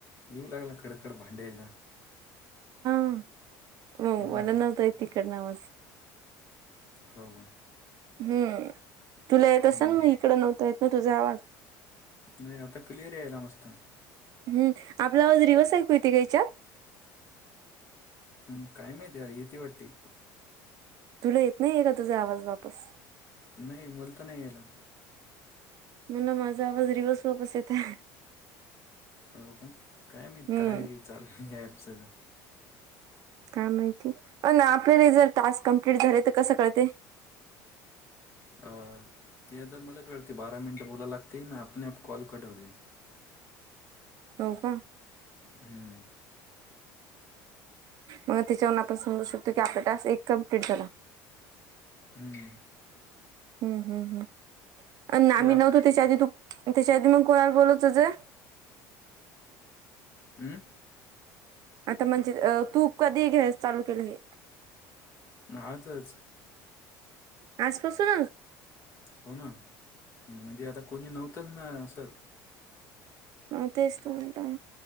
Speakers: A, on the left (about 40°); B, on the right (about 55°).
A: येऊ लागला खंड खंड भांड्याचा.
B: हम्म हो
A: हम्म
B: वला नव्हता येत तिकडनं आवाज.
A: हव का.
B: हम्म तुला येत असंन
A: हम्म
B: मग इकड नव्हता येत ना तुझा आवाज.
A: नाही आता क्लिअर यायला मस्त.
B: हम्म आपला आवाज रिवस ऐकू येते का याच्यात.
A: हम्म काय माहिती यार येती वाट्टे.
B: तुले येत नाहीे का तुझा आवाज वापस.
A: नाही मला तर नाही यायला.
B: म्हण माझा आवाज रीवस वापस येतंय.
A: हो का काय माहित
B: हम्म
A: काय चाललं या ॲपचं त.
B: काय माहिती आहे अण आपल्याला जर टास्क कंप्लीट झाले तर कसं कळते.
A: अ ते आता मला कळते बारा मिनटं बोलायला लागते मग आपण आप कॉल कट होते.
B: होव का.
A: हम्म.
B: मग त्याच्यावरून आपण समजू शकतो की आपला टास्क एक कमप्लीट झाला.
A: हम्म.
B: हा हा हा पण आम्ही
A: ते आप
B: नव्हतो त्याच्या आधी तू त्याच्या आधी मग कोणाला बोलात होतं.
A: हम्म.
B: आता म्हणजे तू कधी घ्या चालू केलं हे.
A: आजच.
B: आजपासून.
A: हो ना म्हणजे आता कोणी नव्हतंच ना असं.
B: हो तेच त म्हटलं